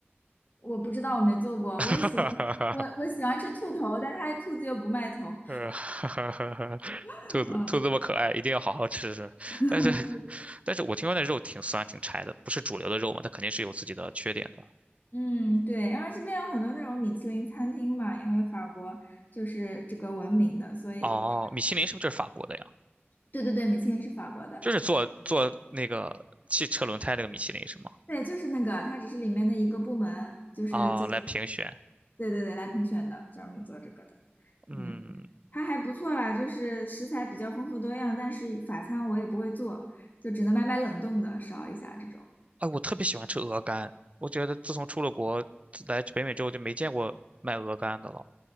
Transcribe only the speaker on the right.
<laughs> 哈哈哈，
呃，哈哈哈哈，
兔子，
兔子这么可爱，一定要好好吃吃。
但是，但是我听说那肉挺酸挺柴的，不是主流的肉嘛，它肯定是有自己的缺点的。
哦，米其林是不是就是法国的呀？
就是做做那个汽车轮胎那个米其林是吗？
哦，来评选，
嗯，
哎，我特别喜欢吃鹅肝，我觉得自从出了国自来北美之后就没见过卖鹅肝的了。